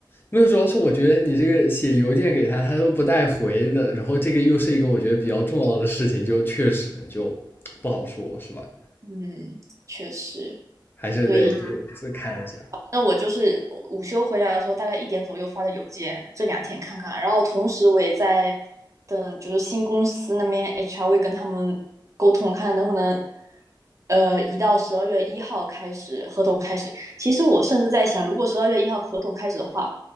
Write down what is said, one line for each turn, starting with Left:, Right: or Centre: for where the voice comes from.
Left: 没有，主要是我觉得你这个写邮件给他，他都不带回的，然后这个又是一个我觉得比较重要的事情，就确实就不好说，是吧？
Right: 嗯，确实，
Left: 还是得这个再看一下。
Right: 所以那我就是午休回来的时候，大概一点左右发的邮件，这两天看看。然后同时我也在等，就是新公司那边 HR 会跟他们沟通，看能不能呃移到十二月一号开始合同开始。其实我甚至在想，如果十二月一号合同开始的话，